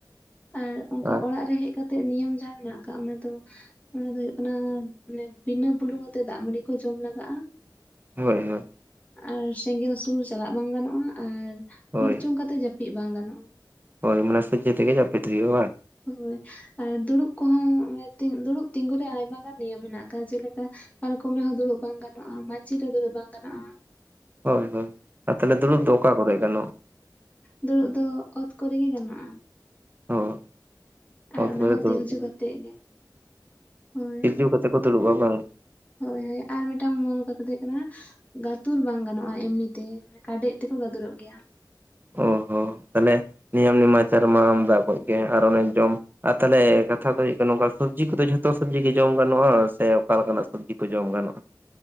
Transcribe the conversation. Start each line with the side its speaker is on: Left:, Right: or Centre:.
Left: ᱟᱨ ᱚᱱᱠᱟ
Right: ᱟᱨ
Left: ᱚᱲᱟᱜ ᱨᱮ ᱦᱮᱡ ᱠᱟᱛᱮᱫ ᱱᱤᱭᱚᱢ ᱡᱟᱦᱟᱸ ᱢᱮᱱᱟᱜ ᱟᱠᱟᱜ ᱚᱱᱟ ᱫᱚ ᱚᱱᱟ ᱫᱚ ᱦᱳᱭᱳᱜ ᱠᱟᱱᱟ, ᱢᱟᱱᱮ ᱵᱤᱱᱟᱹ ᱵᱩᱞᱩᱝ ᱟᱛᱮᱜ ᱫᱟᱜ ᱢᱟᱲᱤ ᱠᱚ ᱡᱚᱢ ᱞᱟᱜᱟᱜᱼᱟ,
Right: ᱦᱳᱭ ᱦᱳᱭ᱾
Left: ᱟᱨ ᱥᱮᱸᱜᱮᱞ ᱥᱩᱨ ᱪᱟᱞᱟᱜ ᱵᱟᱝ ᱜᱟᱱᱚᱜᱼᱟ, ᱟᱨ
Right: ᱦᱳᱭ
Left: ᱠᱩᱲᱪᱩᱝ ᱠᱟᱛᱮᱜ ᱡᱟᱹᱯᱤᱫ ᱵᱟᱝ ᱜᱟᱱᱚᱜᱼᱟ᱾
Right: ᱦᱳᱭ ᱢᱟᱱᱮ ᱥᱚᱡᱮ ᱛᱮ ᱜᱮ ᱡᱟᱯᱤᱛ ᱦᱳᱭᱳᱜ ᱵᱟ?
Left: ᱦᱳᱭ, ᱟᱨ ᱫᱩᱲᱩᱵ ᱠᱚᱦᱚᱸ ᱚᱱᱮ ᱛᱤ, ᱫᱩᱲᱩᱵ ᱛᱤᱸᱜᱩ ᱨᱮ ᱟᱭᱢᱟ ᱜᱟᱱ ᱱᱤᱭᱚᱢ ᱢᱮᱱᱟᱜ ᱟᱠᱟᱜ-ᱟ᱾ ᱡᱮᱞᱮᱠᱟ ᱯᱟᱨᱠᱚᱢ ᱨᱮᱦᱚᱸ ᱫᱩᱲᱩᱵ ᱵᱟᱝ ᱜᱟᱱᱚᱜᱼᱟ, ᱢᱟᱹᱪᱷᱤ ᱨᱮ ᱫᱩᱲᱩᱵ ᱵᱟᱝ ᱜᱟᱱᱚᱜᱼᱟ᱾
Right: ᱦᱳᱭ - ᱦᱳᱭ ᱟᱨ ᱛᱟᱦᱞᱮ ᱫᱩᱲᱩᱵ ᱫᱚ ᱚᱠᱟ ᱠᱚᱨᱮ ᱜᱟᱱᱚᱜ
Left: ᱫᱩᱲᱩᱵ ᱫᱚ ᱚᱛ ᱠᱚᱨᱮ ᱜᱮ ᱜᱟᱱᱚᱜᱼᱟ᱾
Right: ᱦᱚ᱾
Left: ᱟᱨ
Right: ᱚᱛ
Left: ᱚᱱᱟ
Right: ᱠᱚᱨᱮ
Left: ᱦᱚᱸ
Right: ᱫᱩᱲᱩᱵ
Left: ᱛᱤᱞᱡᱩ
Right: ᱠᱟᱱᱟ,
Left: ᱠᱟᱛᱮᱜ ᱜᱮ ᱦᱳᱭ
Right: ᱛᱤᱡᱞᱩ ᱠᱟᱛᱮ ᱠᱚ ᱫᱩᱲᱩᱵ-ᱟ ᱵᱟᱝ?
Left: ᱦᱳᱭ ᱦᱳᱭ, ᱟᱨ ᱢᱤᱫᱴᱟᱝ ᱢᱩᱞ ᱠᱟᱛᱷᱟ ᱫᱚ ᱦᱳᱭᱳᱜ ᱠᱟᱱᱟ, ᱜᱟᱛᱩᱨ ᱵᱟᱝ ᱜᱟᱱᱚᱜᱼᱟ ᱮᱢᱱᱤ ᱛᱮ, ᱢᱟᱱᱮ ᱠᱟᱰᱮᱡ ᱛᱮᱠᱚ ᱜᱟᱫᱩᱨᱚᱜ ᱜᱮᱭᱟ᱾
Right: ᱚ ᱦᱚ, ᱛᱟᱦᱞᱮ ᱱᱤᱭᱟᱹᱢ ᱱᱮᱢᱟᱪᱟᱨ ᱢᱟ ᱟᱢᱫᱟ ᱚᱠᱚᱡ ᱜᱮ ᱟᱨ ᱚᱱᱮ ᱡᱚᱢ ᱟᱨ ᱛᱟᱦᱞᱮ ᱠᱟᱛᱷᱟ ᱫᱚ ᱦᱩᱭᱩᱜ ᱠᱟᱱᱟ ᱱᱚᱝᱠᱟ ᱥᱚᱵᱡᱤ ᱠᱚᱫᱚ ᱡᱷᱚᱛᱚ ᱡᱷᱚᱛᱚ ᱥᱚᱵᱡᱤ ᱜᱮ ᱡᱚᱢ ᱜᱟᱱᱚᱜᱼᱟ, ᱫᱚ ᱥᱮ ᱚᱠᱟ ᱞᱮᱠᱟᱱᱟᱜ ᱥᱚᱵᱡᱤ ᱠᱚ ᱡᱚᱢ ᱜᱟᱱᱚᱜᱼᱟ?